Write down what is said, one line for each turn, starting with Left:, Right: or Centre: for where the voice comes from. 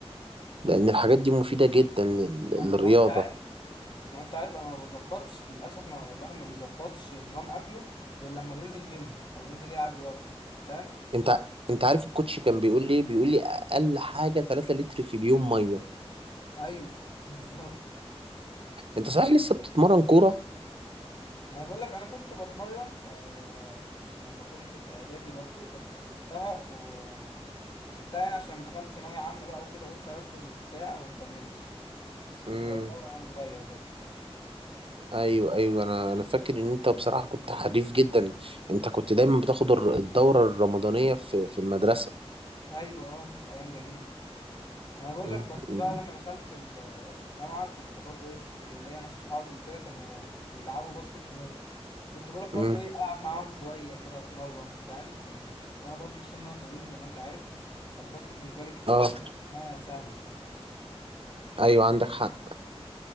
Right: لأن الحاجات دي مفيدة جدا لل...
Left: آه،
Right: للرياضة
Left: ما هو انت ما هو انت عارف انا ما بظبطش للاسف ما الواحد ما بيظبطش نظام اكله غير لما بينزل جيم او ينزل يلعب رياضه فاهم
Right: أنت أنت عارف الكوتش كان بيقول لي إيه؟ بيقول لي أقل حاجة 3 لتر في اليوم مية
Left: ايوه بالظبط
Right: أنت صحيح لسه بتتمرن كورة؟
Left: ما انا بقول لك انا كنت بتمرن آه لما كنت في اعدادي برضو بس سبتها و سبتها يعني عشان لما دخلت ثانويه عامه بقى وكده قلت اركز وبتاع وما كملتش بس
Right: امم
Left: كنت بتمرن وانا صغير برضو
Right: أيوه أيوه أنا أنا فاكر إن أنت بصراحة كنت حريف جدا أنت كنت دايما بتاخد الر- الدورة الرمضانية في في المدرسة
Left: ايوه اه كانت ايام جميله ما انا بقول
Right: مم.
Left: لك بس بقى لما دخلت ال- الجامعه كنت برضو ايه كان ليا ناس صحابي وكده كانوا بيلعبوا باسكت في نادي كنت بروح برضو
Right: امم
Left: ايه العب معاهم شويه كده اتمرن فاهم كان وانا برضو خصوصا ان انا طويل زي ما انت عارف فالباسكت بالنسبه لي كان
Right: اه
Left: لحد ما سهل شويه
Right: ايوه عندك حق